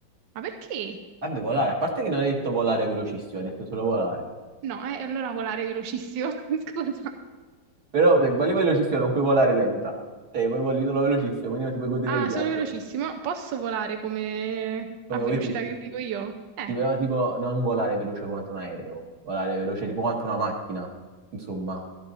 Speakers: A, on the right (about 70°); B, on the right (about 55°).
A: Ma perché?
B: Vabbè, volare, a parte che non hai detto volare velocissimo, hai detto solo volare.
A: No, eh, allora volare velocissimo, <laughs> scusa.
B: Però se voli velocissimo non puoi volare lenta. Cioè, puoi volare solo velocissimo, quindi non ti puoi godere
A: Ah,
B: il viaggio,
A: solo velocissimo. Posso volare come
B: come
A: a velocità
B: vuoi tu.
A: che dico io? Eh,
B: Sì, però tipo non volare veloce quanto un aereo, volare veloce tipo quanto una macchina, insomma.